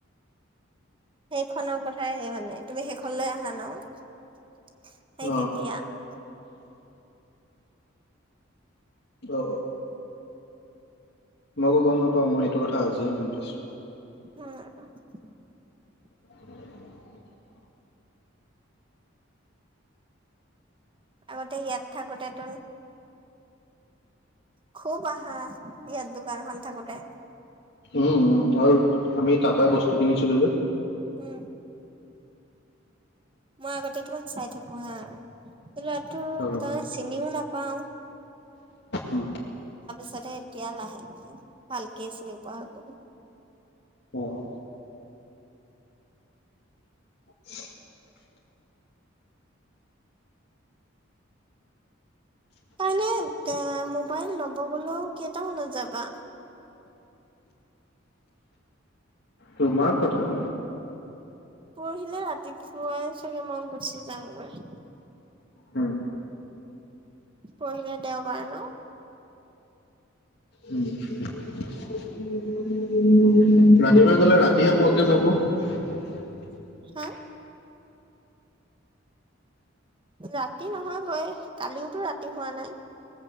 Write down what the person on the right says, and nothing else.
সেইখনৰ কথাই মানে তুমি সেইখন লৈ আহা ন। সেই
তেতিয়াৰ।
উম।
আগতে ইয়াত থাকোতে ত। খুব আহা বিয়াত দোকানখন থাকোতে।
উম। মই আগতে তোমাক চাই থাকো হা। লৰাটো
তই চিনিও নাপাও।
ছ এতিয়া লাহ লাহে ভাল কে চিনি পোৱা হলো।
কাইলৈ এ মোবাইল ল'ব গলেও কেইটামানত যাবা।
পৰহিলে ৰাতিপুৱাই চাগে মই গুচি যামগৈ।
পঢ়িল দেওবাৰ। ন
উ <unintelligible>
হা ৰাতি নহয়গৈ কালিওতো ৰাতি হোৱা নাই।